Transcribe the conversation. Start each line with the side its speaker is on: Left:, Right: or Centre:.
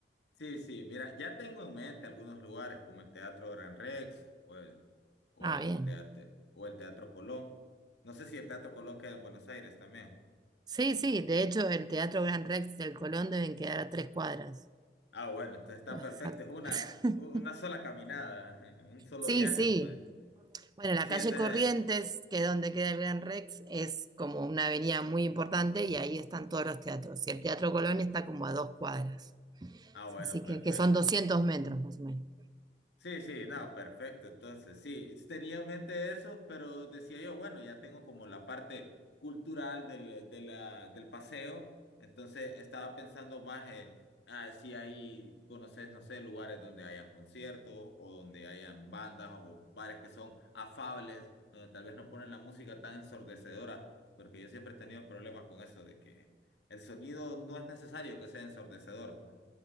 Left: Sí, sí, mira, ya tengo en mente algunos lugares como el Teatro Gran Rex o el, o
Right: Ah,
Left: el
Right: bien.
Left: Teatro, o el Teatro Colón. No sé si el Teatro Colón queda en Buenos Aires también.
Right: Sí, sí, de hecho el Teatro Gran Rex del Colón deben quedar a tres cuadras.
Left: Ah, bueno, entonces está
Right: Exacto.
Left: perfecto, es una,
Right: <laughs>
Left: una sola caminada, <laughs> un solo
Right: Sí,
Left: viaje,
Right: sí.
Left: como es.
Right: Bueno, la
Left: Sí,
Right: calle
Left: entonces,
Right: Corrientes, que es donde queda el Gran Rex, es como una avenida muy importante y ahí están todos los teatros. Y el Teatro Colón está como a dos cuadras,
Left: ah, bueno,
Right: así
Left: perfecto.
Right: que, que son 200 metros más o menos.
Left: Sí, sí, no, perfecto. Entonces, sí, tenía en mente eso, pero decía yo, bueno, ya tengo como la parte cultural del, de la, del paseo, entonces estaba pensando más en ah, si hay, conoces, no sé, lugares donde hayan conciertos o donde hayan bandas o bares que son afables, donde tal vez no ponen la música tan ensordecedora, porque yo siempre he tenido problemas con eso de que el sonido no es necesario que sea ensordecedor, pues.